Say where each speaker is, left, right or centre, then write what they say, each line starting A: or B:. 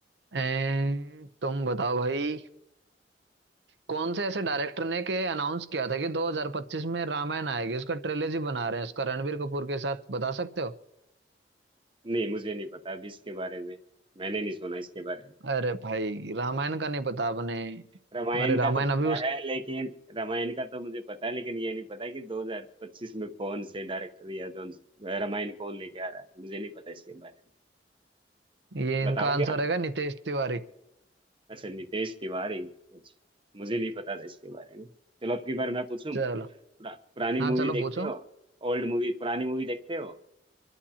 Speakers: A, on the right (about 70°); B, on the right (about 30°).
A: एं, तुम बताओ भाई कौन से ऐसे डायरेक्टर ने के अनाउंस किया था कि 2025 में रामायण आएगी उसका ट्रेलॉजी बना रहे हैं उसका रणबीर कपूर के साथ बता सकते हो
B: नहीं मुझे नहीं पता अभी इसके बारे में मैंने नहीं सुना इसके बारे में
A: अरे भाई रामायण का नहीं पता आपने
B: रामायण
A: अरे
B: का
A: रामायण
B: तो पता
A: अभी उस
B: है लेकिन रामायण का तो मुझे पता है लेकिन ये नहीं पता कि 2025 में कौन से डायरेक्टर या जो रामायण कौन लेके आ रहा है मुझे नहीं पता इसके बारे में
A: ये
B: बताओगे
A: इनका आंसर
B: आप
A: रहेगा नितेश तिवारी
B: अच्छा नितेश तिवारी अच्छा मुझे नहीं पता था इसके बारे में चलो अब की बार मैं पूछूं
A: चलो
B: पुरा, पुरानी
A: हाँ
B: मूवी
A: चलो
B: देखते
A: पूछो
B: हो ओल्ड मूवी पुरानी मूवी देखते हो